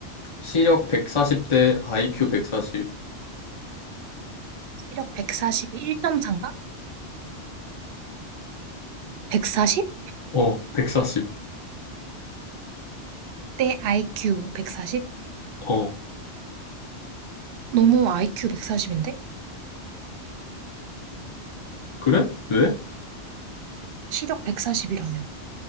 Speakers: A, on the left (about 40°); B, on the right (about 60°).
A: 시력 140대 아이큐 140.
B: 시력 142, 1.3가? 140?
A: 어, 140.
B: 대 IQ 140?
A: 어,
B: 너무 IQ 140인데?
A: 그래? 왜?
B: 시력 140이라며.